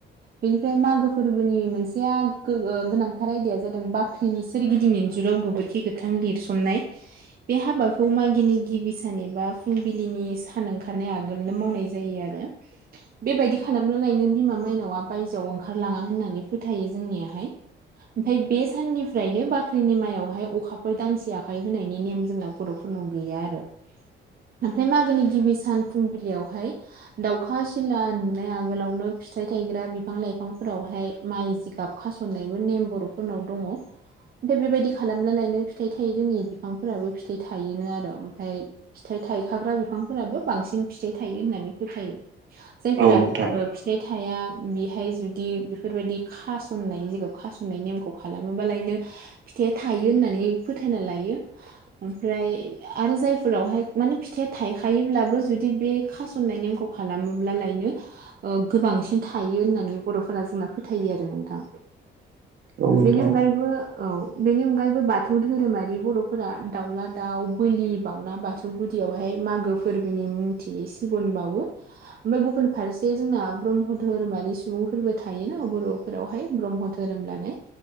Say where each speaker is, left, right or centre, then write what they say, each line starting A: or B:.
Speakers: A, on the right; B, on the right.
A: बेनिफ्राय मागो फोरबोनि मोनसेया गो ओ गोनांथार आयदाया जादों बाख्रिनि सोरगिदिं इनजुराव गोबोरखि गोथां लिरसननाय बे हाबा खौ मागिनि गिबि सान एबा फुंबिलिनि सान ओंखारनाय आगोलनो मावनाय जायो आरो बेबायदि खालामनो लायनो बिमा माइनावआ बायजोआव ओंखारलाङा होननानै फोथायो जोंनियाहाय ओमफ्राय बे साननिफ्रायनो बाख्रिनि माइयावहाय अखाफोर दानसे आखाइ होनायनि नेम जोंनाव बर'फोरनाव गैया आरो ओमफ्राय मागोनि गिबि सान फुंबिलियावहाय दाउखा सिला नुनाय आगोलावनो फिथाइ थायग्रा बिफां लाइफांफोरावहाय माइ जिगाब खासननायबो नेम बर'फोरनाव दङ ओमफ्राय बेबायदि खालामला लायनो फिथाइ थायो रोङनि बिफांफोराबो फि थाइ थायोनो आरो ओमफ्राय फिथाइ थायखाग्रा बिफांफोराबो बांसिन फिथाइ थायो होननानै फोथायो
B: औ
A: जायफोरा
B: नोंथां
A: ओ फिथाइ थाया बेहाय जुदि बेफोरबायदि खास'ननाय जिगायाव खासननाय नेमखौ खालामोबालायनो फि थाया थायो होननानै फोथायना लायो ओमफ्राय आरो जायफोरावहाय माने फिथाइया थायखायोब्लाबो जुदि बे खासननाय नेमखौ खालामोब्ला लायनो गोबांसिन थायो होननानै बर'फोरा जोंना फोथायो आरो नोंथां
B: औ नोंथां
A: बेनि अनगायैबो औ बेनि अनगायैबो बाथौ धोरोमारि बर'फोरा दाउला दाउ बोलि बावउना बाथौ गुदियावहाय मागो फोरबोनि मुंथि सिबुन बावो ओमफ्राय गुबुन फारसे जोंना ब्रह्म धोरोमारि सुबुंफोरबो थायोना बर'फोरावहाय ब्रह्म धोरोम लानाय